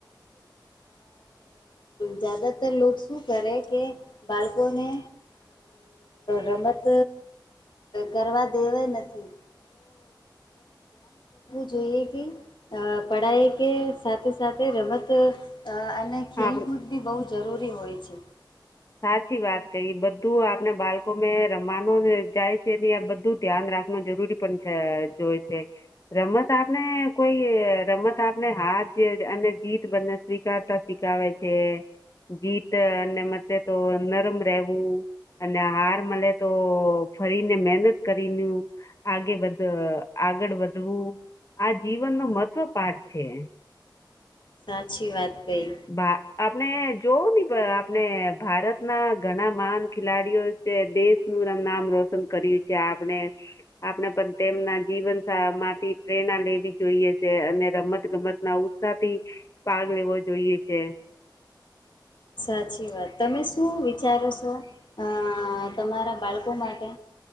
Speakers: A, on the left; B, on the left.
A: જદાતર લો શું કરે કે બાળકોને રમત કરવા દેવા નથી જોઈએ કે પડાય કે સાથે સાથે રમત અને અને ખેલકૂદ
B: આપ
A: બી બહુ જરૂરી હોય છે.
B: સાચી વાત કઈ બધું આપને બાળકો મે રમનું જાય છે આ બધું ધ્યાન રાખ જરૂરી જો છે રમત આપને કોઈ રમત આપને હ આજ અને જીત બને સ્વીકારતા સ્વીખાવે છે જીત અને મ તો નરમ રહેવું. અને હાર મળે તો ફરીને મહેનત કરીને આગે બધ આગળ વધવું આ જીવનનો મહત્વ પાઠ છે.
A: સાચી વાત. કહી
B: બા- આપણે જોવું આપણે ભારત ના ઘણા મહાન ખેલાડીઓ છે દેશ નામ રોશન કર્યું છે આપણે આપણે પણ તેમના જીવન માંથી પ્રેરણા લેવી જોઈએ છે અને રમત ગમત ના ઉત્સાહ થી ભાગ લેવો જોઈએ. જોયું છે.
A: સાચી વાત તમે શું વિચારો છો અ તમારા બાળકો માટે